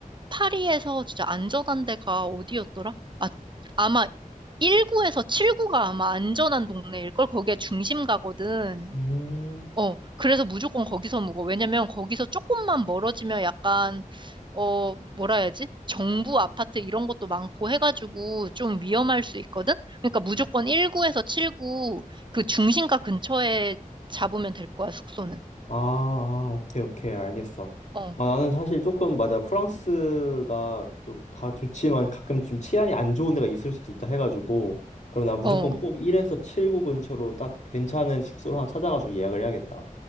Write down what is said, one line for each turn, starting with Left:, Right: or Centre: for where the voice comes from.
Right: 파리에서 진짜 안전한 데가 어디였더라? 아, 아마 1구에서 7구가 아마 안전한 동네일걸? 거기에 중심 가거든.
Left: 음.
Right: 어, 그래서 무조건 거기서 묵어. 왜냐면 거기서 조금만 멀어지면 약간, 어, 뭐라 해야지? 정부 아파트 이런 것도 많고 해가지고 좀 위험할 수 있거든? 그러니까 무조건 1구에서 7구 그 중심가 근처에 잡으면 될 거야, 숙소는.
Left: 아, 아, 오케이, 오케이, 알겠어.
Right: 어,
Left: 아, 나는 사실 조금, 맞아, 프랑스가 또 다 좋지만 가끔 좀 치안이 안 좋은 데가 있을 수도 있다 해가지고, 그럼 나 무조건
Right: 어.
Left: 꼭 1에서 7구 근처로 딱 괜찮은 숙소를 하나 찾아가지고 예약을 해야겠다.